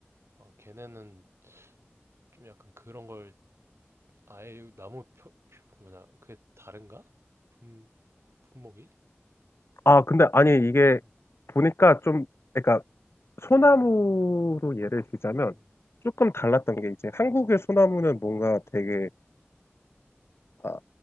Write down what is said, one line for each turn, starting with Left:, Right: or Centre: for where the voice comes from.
Right: 어, 걔네는 좀 약간 그런 걸 아예 나무 표, 표, 그 뭐냐, 그게 다른가? 품, 품목이?
Left: 아, 근데 아니 이게
Right: 음,
Left: 보니까 좀 그러니까 소나무로 예를 들자면
Right: 음.
Left: 조금 달랐던 게 이제 한국의 소나무는 뭔가 되게 아,